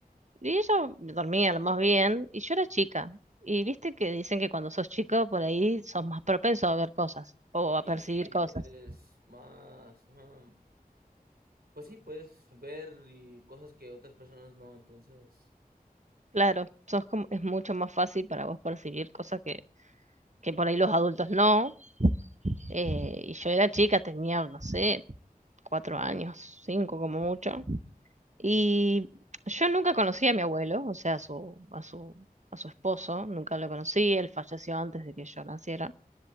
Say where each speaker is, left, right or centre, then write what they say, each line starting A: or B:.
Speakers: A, on the right; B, on the right.
A: Y ella dormía lo más bien. Y yo era chica. Y viste que dicen que cuando sos chico, por ahí sos más propenso a ver cosas o a
B: Sí,
A: percibir
B: sí,
A: cosas.
B: eres más... ah, pues sí, puedes ver y cosas que otras personas no, entonces...
A: Claro, sos como, es mucho más fácil para vos percibir cosas que, que por ahí los adultos no. Eh, y yo era chica, tenía, no sé, cuatro años, cinco como mucho. Y yo nunca conocí a mi abuelo, o sea, a su, a su, a su esposo, nunca lo conocí, él falleció antes de que yo naciera.